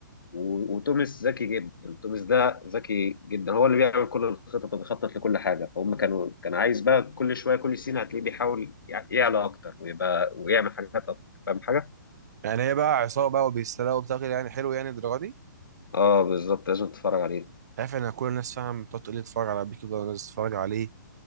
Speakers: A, on the left; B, on the right.
A: و- وتوماس ذكي جدا توماس ده ذكي جدا هو اللي بيعمل كل الخطط وبيخطط لكل حاجه فهم كانوا كان عايز بقى كل شويه كل سنه هتلاقيه بيحاول يع- يعلى اكتر ويبقى ويعمل حاجات اكتر فاهم حاجه
B: يعني هي بقى عصابه بقى وبيسرقوا وبتاكل يعني حلو يعني الدرجه دي
A: اه بالظبط لازم تتفرج عليه
B: عارف ان كل الناس فاهم بتقعد تقول لي اتفرج على بيكي بلاندرز اتفرج عليه